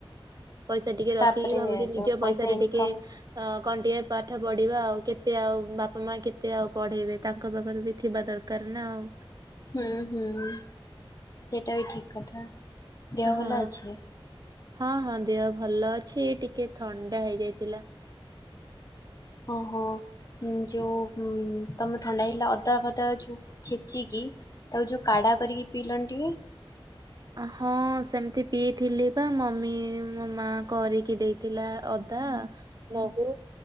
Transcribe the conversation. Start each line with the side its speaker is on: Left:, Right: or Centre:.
Right: ପଇସା ଟିକେ ରଖି
Left: ତାପରେ
Right: ଭାବୁଛି ନିଜ
Left: ଯୋଉ ପଇସା
Right: ପଇସାରେ
Left: ଇନକମ୍
Right: ଟିକେ ଅ କଣ ଟିକେ ପା ପାଠ ପଢିବା ଆଉ କେତେ ଆଉ ବାପା ମା କେତେ ଆଉ ପଢେଇବେ ତାଙ୍କ ପାଖରେ ବି ଥିବା ଦରକାର ନା ଆଉ।
Left: ହୁଁ ହୁଁ ସେଇଟା ବି ଠିକ କଥା। ଦେହ
Right: ହଁ
Left: ଭଲ ଅଛି?
Right: ହଁ ହଁ ଦେହ ଭଲ ଅଛି ଏ ଟିକେ ଥଣ୍ଡା ହେଇଯାଇଥିଲା।
Left: ଓହୋ। ଯୋଉ ତମେ ଥଣ୍ଡା ହେଇଥିଲା ଅଦା ଫଦା ଯୋଉ ଛେଚିକି ତାକୁ ଯୋଉ କାଢା କରିକି ପିଇଲନି ଟିକେ
Right: ହଁ ସେମିତି ପିଇଥିଲି ବା ମମି ମୋ ମା କରିକି ଦେଇ ଥିଲା ଅଦା ମହୁ